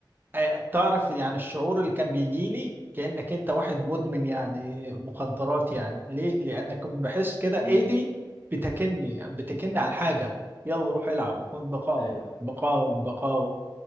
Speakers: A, on the right; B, on the left.
A: آه، تعرف يعني الشعور اللي كان بيجي لي كأنك أنت واحد مدمن يعني مخدرات يعني ليه؟ لأن كنت بحس كده
B: امم
A: إيدي بتكني بتكني على الحاجة يلا روح العب وكنت بقاوم
B: ايوه أيوه.
A: بقاوم بقاوم